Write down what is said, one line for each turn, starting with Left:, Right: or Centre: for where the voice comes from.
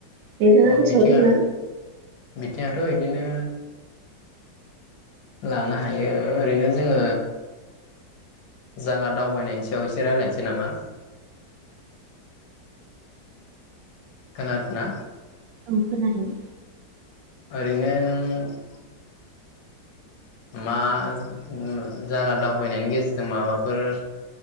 Right: नोंथाङा
Left: अ
Right: गोसोआव
Left: बिथिङा
Right: दंना?
Left: बिथिङाथ बिदिनो लानो हायो ओरैनो जोङो जागा दावबायनायनि सायाव एसे रायलायनोसै नामा? खोनानादोंना।
Right: ‌ <unintelligible>
Left: ओरैनो नों मा जाइगा दावबायनायनि गेजेरजों माबाफोर